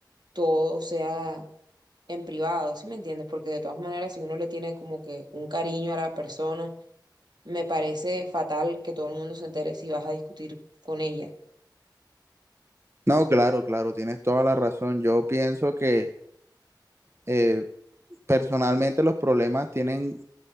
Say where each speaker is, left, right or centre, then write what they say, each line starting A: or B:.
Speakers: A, on the right; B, on the right.
A: todo sea en privado, ¿sí me entiendes? Porque de todas maneras, si uno le tiene como que un cariño a la persona, me parece fatal que todo el mundo se entere si vas a discutir con ella.
B: No, claro, claro, tienes toda la razón. Yo pienso que eh, personalmente los problemas tienen,